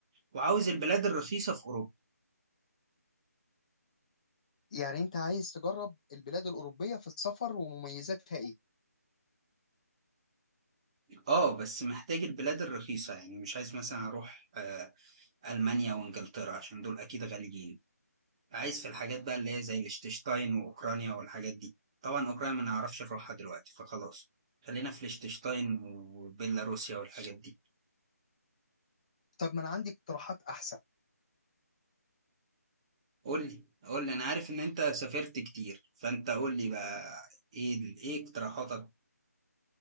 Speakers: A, on the right; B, on the left.
A: وعاوز البلاد الرخيصة في أوروبا
B: يعني انت عايز تجرب البلاد الأوروبية في السفر ومميزاتها ايه
A: آه بس محتاج البلاد الرخيصة يعني مش عايز مثلا أروح آه ألمانيا وإنجلترا عشان دول أكيد غاليين عايز في الحاجات بقى اللي هي زي الاشتشتاين وأوكرانيا والحاجات دي طبعا أوكرانيا ما نعرفش نروحها دلوقتي فخلاص خلينا في الاشتشتاين وبيلاروسيا والحاجات دي
B: طب ما انا عندي اقتراحات احسن
A: قول لي قول لي انا عارف ان انت سافرت كتير فانت قول لي بقى ايه ال- ايه اقتراحاتك